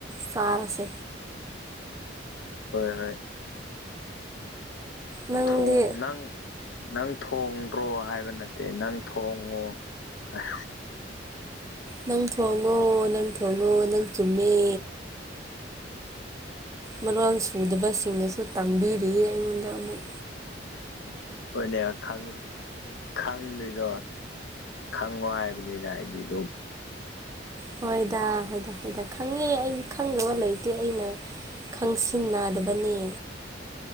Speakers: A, on the right; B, on the left.
A: ꯆꯥꯔꯁꯦ
B: ꯍꯣꯏ ꯍꯣꯏ
A: ꯅꯪꯗꯤ
B: ꯊꯣꯡ ꯅꯪ ꯅꯪ ꯊꯣꯡꯗ꯭ꯔꯣ ꯍꯥꯏꯕ ꯅꯠꯇꯦ ꯅꯪ ꯊꯣꯡꯉꯣ ꯍꯥꯏ
A: ꯅꯪ ꯊꯣꯡꯉꯣ ꯅꯪ ꯊꯣꯡꯉꯣ ꯅꯪ ꯆꯨꯝꯃꯦ ꯃꯔꯣꯜ ꯁꯨꯗꯕꯁꯤꯡꯅꯁꯨ ꯇꯝꯕꯤꯔꯤꯌꯦ ꯑꯩꯉꯣꯟꯗ ꯑꯃꯨꯛ
B: ꯍꯣꯏꯅꯦ ꯈꯪ ꯈꯪꯗꯣꯏꯗꯣ ꯈꯪꯉꯣ ꯍꯥꯏꯕꯅꯤꯅ ꯑꯩꯗꯤ ꯑꯗꯨꯝ
A: ꯍꯣꯏꯗꯥ ꯍꯣꯏꯗ ꯍꯣꯏꯗ ꯈꯪꯉꯦ ꯑꯩꯗꯤ ꯈꯪꯗꯕ ꯂꯩꯇꯦ ꯑꯩꯅ ꯈꯪꯁꯤꯟꯅꯗꯕꯅꯤ